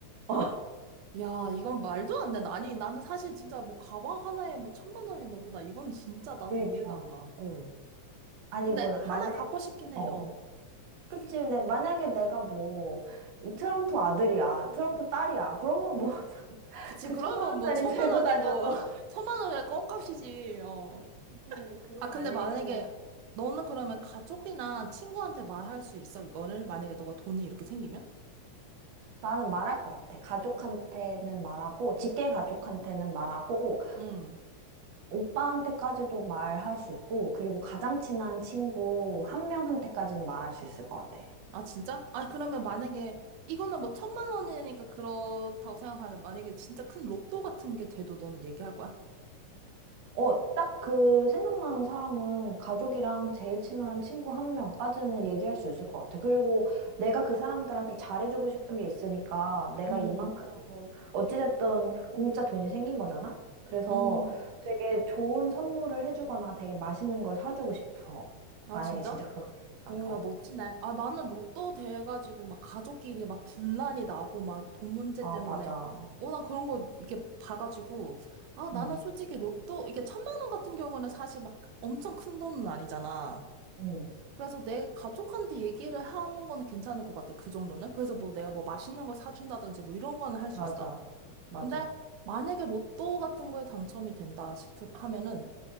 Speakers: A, on the right; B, on the right.
A: 어,
B: 야, 이건 말도 안 돼. 아니, 나는 사실 진짜 뭐 가방 하나에 뭐 천만 원이 넘보다 이건 진짜 나도
A: 그러니까.
B: 이해가 안 가. 어.
A: 아니
B: 근데
A: 뭐
B: 하나
A: 만약에
B: 갖고 싶긴 해.
A: 어
B: 어.
A: 그치 근데 만약에 내가 뭐 이 트럼프 아들이야 트럼프 딸이야 그러면 뭐
B: 그치.
A: 그
B: 그러면
A: <laughs> 천만 원짜리
B: 뭐 천만
A: 들고
B: 원이
A: 다녀도
B: 뭐 <laughs> 천만 원의 껌값이지. 어.
A: <laughs> 음, 그건
B: 아, 근데
A: 아니겠지만
B: 만약에 너는 그러면 가족이나 친구한테 말할 수 있어? 이거를? 만약에 너가 돈이 이렇게 생기면?
A: 나는 말할 것 같아. 가족한테는 말하고, 직계 가족한테는 말하고,
B: 응.
A: 오빠한테까지도 말할 수 있고, 그리고 가장 친한 친구 한 명한테까지는 말할 수 있을 것 같아.
B: 아, 진짜? 아, 그러면 만약에 이거는 뭐 천만 원이니까 그렇다고 생각하는데 만약에 진짜 큰 로또 같은 게 돼도 너는 얘기할 거야?
A: 어, 딱 그 생각나는 사람은 가족이랑 제일 친한 친구 한 명까지는 얘기할 수 있을 것 같아. 그리고 내가 그 사람들한테 잘해주고 싶은 게 있으니까 내가
B: 음.
A: 이만큼 어찌됐든 공짜 돈이 생긴 거잖아? 그래서
B: 음.
A: 되게 좋은 선물을 해주거나 되게 맛있는 걸 사주고 싶어.
B: 아,
A: 만약에
B: 진짜?
A: 진짜 그렇게 된다면.
B: 어,
A: 어.
B: 야, 멋지네. 아, 나는 로또 돼가지고 막 가족끼리 막 분란이 나고 막 돈 문제
A: 아,
B: 때문에.
A: 맞아.
B: 어, 나 그런 거 이렇게 봐가지고. 아, 나는
A: 응,
B: 솔직히 로또, 이게 천만 원 같은 경우는 사실 막 엄청 큰 돈은 아니잖아.
A: 응,
B: 그래서 내 가족한테 얘기를 하는 거는 괜찮을 것 같아. 그 정도는. 그래서 뭐 내가 뭐 맛있는 걸 사준다든지 뭐 이런 거는 할 수
A: 맞아.
B: 있어.
A: 맞아.
B: 근데 만약에 로또 같은 거에 당첨이 된다 싶음 하면은